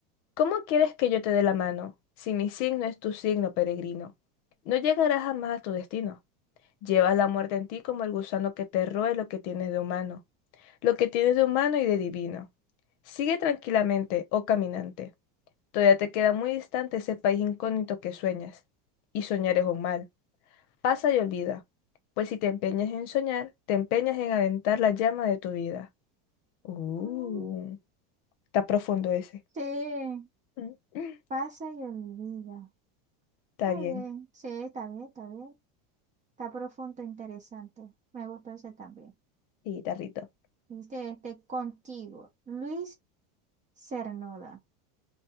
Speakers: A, on the left; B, on the right.
A: ¿Cómo quieres que yo te dé la mano si mi signo es tu signo peregrino? No llegarás jamás a tu destino. Llevas la muerte en ti como el gusano que te roe lo que tienes de humano, lo que tienes de humano y de divino. Sigue tranquilamente, oh caminante. Todavía te queda muy distante ese país incógnito que sueñas. Y soñar es un mal. Pasa y olvida. Pues si te empeñas en soñar, te empeñas en aventar la llama de tu vida. Uh,
B: Mm,
A: está profundo ese.
B: Sí,
A: <laughs>
B: pasa y olvida.
A: Está
B: Está
A: bien.
B: bien, sí, está bien, está bien. Está profundo, interesante. Me gustó ese también.
A: Sí, tarrito.
B: Dice este contigo, Luis Cernuda.